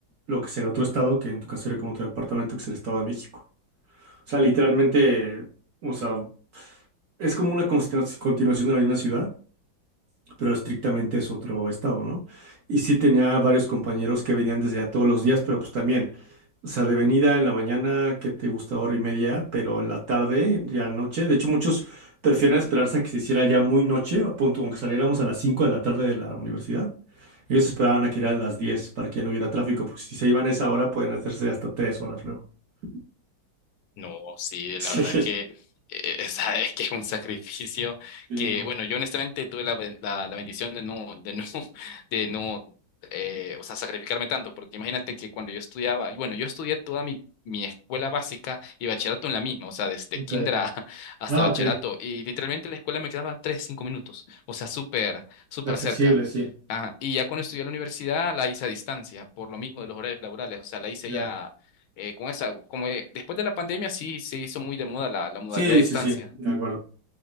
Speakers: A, on the right; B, on the left.
A: lo que sería otro estado, que en tu caso sería como tu departamento, que es el Estado de México. O sea, literalmente, o sea, es como una consti- continuación de la misma ciudad, pero estrictamente es otro estado, ¿no? Y sí tenía varios compañeros que venían desde allá todos los días, pero pues también, o sea, de venida en la mañana, que te gusta hora y media, pero en la tarde, ya noche. De hecho, muchos prefieren esperarse a que se hiciera ya muy noche, a punto, aunque saliéramos a las 5 de la tarde de la universidad. Ellos esperaban a que eran las 10 para que ya no hubiera tráfico, porque si se iban a esa hora, pueden hacerse hasta 3 horas luego. <laughs>
B: No, sí,
A: Sí.
B: la verdad que eh, <laughs> esa que es un sacrificio
A: Sí,
B: que,
A: no.
B: bueno, yo honestamente tuve la, ben- la, la bendición de no, de no, <laughs> de no, eh, o sea, sacrificarme tanto, porque imagínate que cuando yo estudiaba, y bueno, yo estudié toda mi, mi escuela básica y bachillerato en la misma, o sea, desde
A: Ok.
B: kinder a- <laughs> hasta
A: Ah,
B: bachillerato,
A: ok.
B: y literalmente la escuela me quedaba tres, cinco minutos, o sea, súper, súper
A: Accesible,
B: cerca.
A: sí.
B: Ajá, y ya cuando estudié en la universidad la hice a distancia, por lo mismo de los horarios laborales, o sea, la hice
A: Ya.
B: ya eh, con esa, como eh, después de la pandemia sí se hizo muy de moda la, la modalidad
A: Sí,
B: a distancia,
A: sí, sí, de acuerdo.